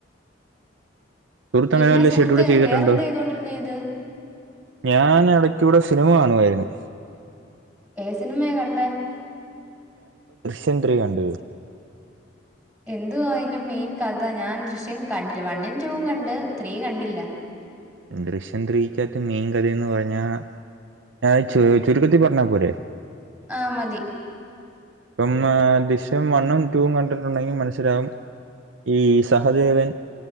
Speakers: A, on the right; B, in the centre.
A: സുഹൃത്ത്
B: പിന്നെ
A: അങ്ങനെ വല്ല
B: സുഹൃത്ത്
A: ഷെഡ്യൂൾ ചെയ്തിട്ടുണ്ട്
B: വേറെന്താ ചെയ്തോണ്ടിരുന്ന ഇത്
A: ഞൻ എവിടെ ഇവിടെ സിനിമ കാണുമായിരുന്നു
B: ഏ സിനിമയ കണ്ട
A: ചെന്ദയാണ്ട്
B: എന്വാ അതിന്റെ മെയിൻ കഥ ഞാൻ ദൃശ്യം കണ്ടില്ല വണ്ണും ടൂും കണ്ട് സ്ത്രീ കണ്ടില്ല
A: ദൃഷ്യം ത്രയിക്കാത്ത മെയിൻ കഥയ എന്ന് പറഞ്ഞാ ഞാൻ ചു ചുരുക്കത്തി പറഞ്ഞാൽ പോരെ
B: ആഹ മതി
A: ഇപ്പം ദൃശ്യം വണ്ണും ടൂും കണ്ടിട്ടുണ്ടെങ്കിൽ മനസ്സിലാവും ഈ സഹദേവൻ